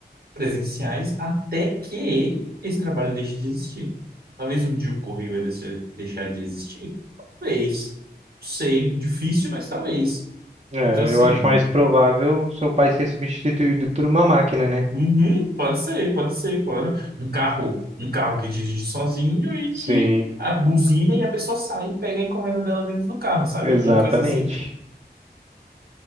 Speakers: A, on the right; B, on the right.
A: presenciais até que esse trabalho deixe de existir. Talvez um dia o correio vai deixar deixar de existir. Talvez. Não sei. Difícil, mas talvez.
B: É,
A: Então, assim,
B: eu acho mais provável seu pai ser substituído por uma máquina, né?
A: uhum, pode ser, pode ser, claro. Um carro, um carro que dirige sozinho e
B: Sim,
A: que a buzina e a pessoa sai e pega a encomenda dela dentro do carro, sabe?
B: exatamente.
A: Alguma coisa assim.